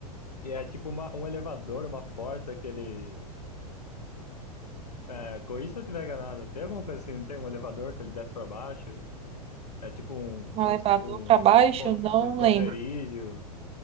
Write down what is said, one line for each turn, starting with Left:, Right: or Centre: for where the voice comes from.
Left: E é tipo uma, um elevador, uma porta que ele. É, corrija se eu tiver enganado. Tem alguma coisa assim, não tem um elevador que ele desce pra baixo? É tipo um,
Right: No
Left: um,
Right: elevador
Left: es- um,
Right: para baixo,
Left: con-
Right: não
Left: um esconderijo.
Right: lembro.